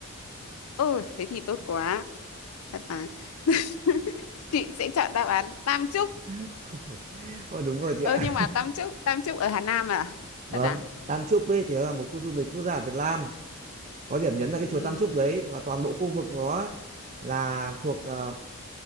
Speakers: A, on the left; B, on the right.
A: ôi thế thì tốt quá thật mà <laughs> chị sẽ chọn đáp án Tam Trúc
B: <laughs> Ôi, đúng rồi chị
A: ơ
B: ạ
A: nhưng mà Tam Trúc Tam Trúc ở Hà Nam à
B: Vâng,
A: thật à
B: Tam Chúc ấy thì nó là một khu du lịch quốc gia ở Việt Nam. Có điểm nhấn là cái
A: Ừm.
B: chùa Tam Chúc đấy và toàn bộ khu vực nó ấy là thuộc ờ,